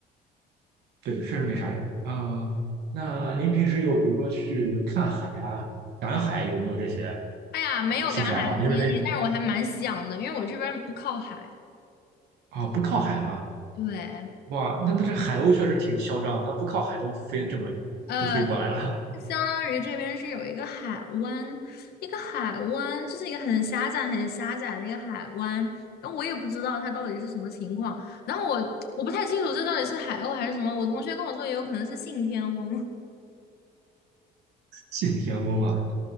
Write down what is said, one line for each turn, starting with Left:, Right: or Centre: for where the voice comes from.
Right: 对，确实没啥用。啊、那您平时有比如说去看海啊、赶海，有没有这些
Left: 哎呀，没有赶海的经历，
Right: 兴趣爱好呢？因为
Left: 但是我还蛮想的，因为我这边不靠海，
Right: 啊，不靠海吗？
Left: 对。
Right: 哇，那它这海鸥确实挺嚣张它不靠海都飞这么
Left: 呃，
Right: 都飞过来了，
Left: 相当于这边是有一个海湾，一个海湾，就是一个很狭窄、很狭窄的一个海湾。然后我也不知道它到底是什么情况，然后我我不太清楚这到底是海鸥还是什么。我同学跟我说，也有可能是信天翁。
Right: <laughs> 信天翁啊！